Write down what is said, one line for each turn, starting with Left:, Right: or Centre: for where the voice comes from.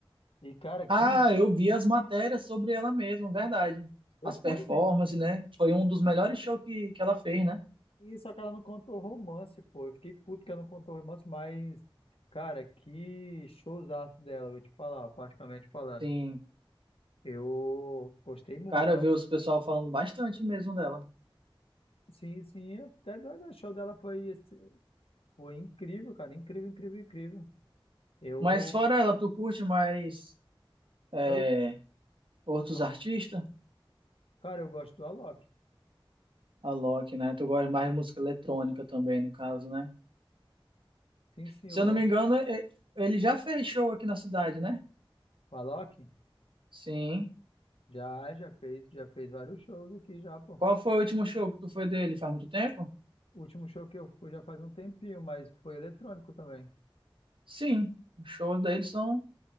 Left: E, cara,
Right: Ah,
Left: que... mu-
Right: eu vi as matérias sobre ela mesma, verdade.
Left: Eu
Right: As performances,
Left: fui, né?
Right: né? Foi um dos melhores shows que, que ela fez, né?
Left: E só que ela não contou romance, pô. Eu fiquei puto que ela não contou romance, mas, cara, que showzaço dela, vou te falar, particularmente falando.
Right: Sim,
Left: Eu gostei muito,
Right: cara, eu vi
Left: ó.
Right: os pessoal falando bastante mesmo dela.
Left: Sim, sim, até doido. O show dela foi, esse- foi incrível, cara. Incrível, incrível, incrível. Eu,
Right: Mas fora ela, tu curte mais é,
Left: eu,
Right: outros
Left: ó,
Right: artistas?
Left: cara, eu gosto do Alok.
Right: A Loki, né? Tu gosta mais de música eletrônica também, no caso, né?
Left: Sim, sim,
Right: Se
Left: eu
Right: eu não
Left: amo.
Right: me engano, e- ele já fez show aqui na cidade, né?
Left: O Alok
Right: Sim.
Left: já, já fez, já fez vários shows aqui já, pô.
Right: Qual foi o último show que tu foi dele? Faz muito tempo?
Left: O último show que eu fui já faz um tempinho, mas foi eletrônico também.
Right: Sim. Os shows dele são